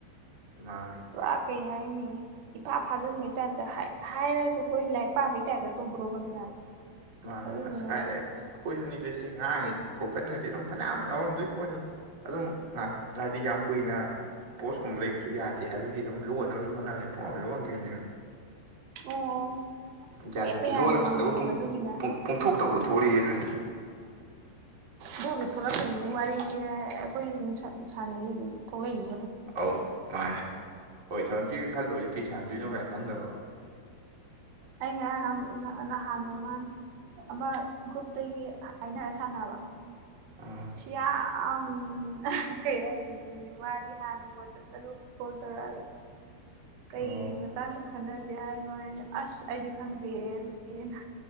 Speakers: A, on the right; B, on the right.
A: ꯃꯥꯅꯦ
B: ꯄꯨꯔꯥ ꯀꯩ ꯍꯥꯏꯅꯤ ꯏꯐꯥ ꯐꯥꯖꯤꯟꯕꯩ ꯇꯥꯏꯞꯇ ꯍꯥꯏ ꯍꯥꯏꯔꯁꯨ ꯑꯩꯈꯣꯏ ꯂꯥꯏꯔꯤꯛ ꯄꯥꯕꯩ ꯇꯥꯏꯞꯇ ꯇꯧꯗ꯭ꯔꯣꯕꯅꯦ ꯍꯥꯏꯕ
A: ꯃꯥꯅꯦ
B: ꯑꯗꯨꯗꯨꯅ
A: ꯃꯥ ꯑꯁ ꯀꯥꯏ ꯑꯈꯣꯏꯁꯨꯅꯤ ꯏꯪꯂꯤꯁꯁꯦ ꯉꯥꯡꯉꯤ ꯕ꯭ꯔꯣꯛꯈꯀꯟꯒꯗꯤ ꯑꯗꯨꯝ ꯐꯅꯌꯥꯝ ꯌꯥꯎꯔꯝꯗꯣꯏꯄꯣꯠꯅꯤ ꯑꯗꯨꯝ ꯉꯥꯍꯥꯛ ꯍꯥꯏꯗꯤ ꯌꯥꯝ ꯀꯨꯏꯅ ꯄꯣꯁꯀꯨꯝꯕ ꯂꯩꯕꯖꯨ ꯌꯥꯗꯦ ꯍꯥꯏꯕꯒꯤ ꯑꯗꯨꯝ ꯂꯣꯟꯍꯅꯕꯁꯨ ꯍꯣꯠꯅꯔꯦ ꯄꯨꯡꯂꯣꯟ ꯂꯣꯟꯒꯤꯕꯅꯦꯕ
B: ꯑꯣ
A: ꯒ꯭ꯌꯥꯟ
B: ꯂꯦꯞꯄ
A: ꯇꯥꯗꯦ
B: ꯌꯥꯗꯕꯤꯅꯦꯕ
A: ꯂꯣꯜꯂ ꯀꯥꯟꯗꯕꯨ
B: ꯑꯗꯨꯒꯤꯅ
A: ꯄꯨꯡ ꯄꯡꯊꯣꯛꯇꯕꯨ ꯊꯣꯛꯂꯛꯑꯦꯗꯨꯅꯤ
B: ꯑꯗꯨꯕꯨꯗꯤ ꯊꯣꯛꯂꯛꯅꯤꯅꯦ ꯋꯥꯔꯤꯖꯦ ꯑꯩꯈꯣꯏꯁꯨ ꯗꯨꯝ ꯁꯥ ꯁꯥꯟꯅꯩꯖꯦ ꯑꯗꯨꯝ ꯊꯣꯛꯂꯛꯏꯖꯦ
A: ꯑꯧ ꯃꯥꯅꯦ ꯍꯣꯏ ꯊꯑꯣꯏꯀꯤꯒ ꯈꯜꯂꯨꯔꯗꯤ ꯀꯩ ꯁꯥꯟꯗꯣꯏꯅꯣ ꯀꯥꯏ ꯈꯪꯗꯕ
B: ꯑꯩ ꯉꯔꯥꯡ ꯅꯍꯥꯟ ꯑꯣꯏ ꯃꯥꯅꯦ ꯑꯃ ꯒ꯭ꯔꯨꯞꯇꯒꯤ ꯍꯥꯏꯅꯔ ꯁꯥꯟꯅꯕ
A: ꯑꯥ
B: ꯁꯤꯌꯥ ꯑꯝ ꯑꯍꯥ ꯀꯩ ꯍꯥꯏꯗꯣꯏꯅꯣꯅꯦ ꯃꯥꯗꯤ ꯍꯥꯟꯅ ꯋꯥꯆꯞꯇꯒ ꯀꯣꯜ ꯇꯧꯔꯛꯑꯒ ꯀꯩ
A: ꯑꯣ
B: ꯃꯇꯥꯡꯗ ꯈꯟꯅꯁꯤ ꯍꯥꯏꯅꯣ ꯍꯥꯏꯅ ꯑꯁ ꯑꯩꯁꯨ ꯈꯪꯗꯦꯍꯦ ꯑꯗꯨꯗꯤꯅ